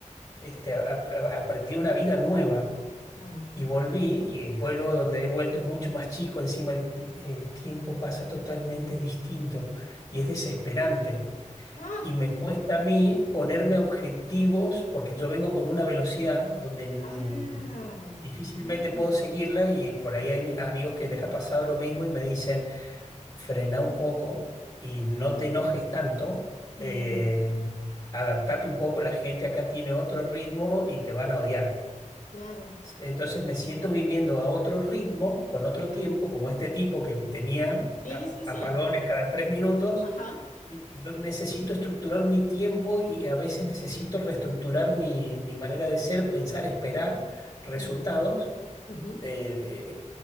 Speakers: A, on the left; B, on the left.
A: este, a- a- aprendí una vida nueva.
B: ah,
A: Y volví, y el pueblo donde he vuelto es mucho más chico, encima el el tiempo pasa totalmente distinto y es desesperante.
B: ah,
A: Y me cuesta a mí ponerme objetivos porque yo vengo con una velocidad donde mm,
B: ah,
A: difícilmente
B: ah,
A: puedo seguirla y por ahí hay amigos que les ha pasado lo mismo y me dicen, frena un poco y no te enojes tanto,
B: mm,
A: eh, adaptate un poco, la gente acá tiene otro ritmo y te van a odiar.
B: claro,
A: Entonces me siento viviendo a otro ritmo, con otro
B: ajá,
A: tiempo, como este tipo que tenía
B: sí,
A: a-
B: sí, sí,
A: apagones cada tres minutos
B: ajá,
A: y yo Necesito estructurar mi tiempo y a veces necesito reestructurar mi, mi manera de ser, pensar, esperar resultados
B: mm, ujú.
A: de- de-